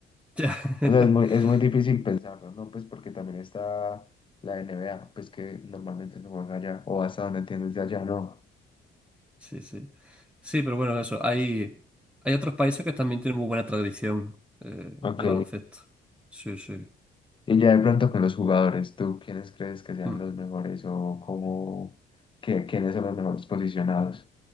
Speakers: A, in the centre; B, on the left.
A: <laughs>
B: O sea, es muy, es muy difícil pensarlo, ¿no? Pues porque también está la NBA, pues que normalmente se juega allá, o hasta donde entiendes de allá, ¿no?
A: Sí, sí. Sí, pero bueno, eso. Hay, hay otros países que también tienen muy buena tradición eh,
B: Ok.
A: de baloncesto. Sí, sí.
B: Y ya de pronto con los jugadores, ¿tú quiénes crees que sean
A: Mm,
B: los mejores o cómo, qué- quiénes son los mejores posicionados?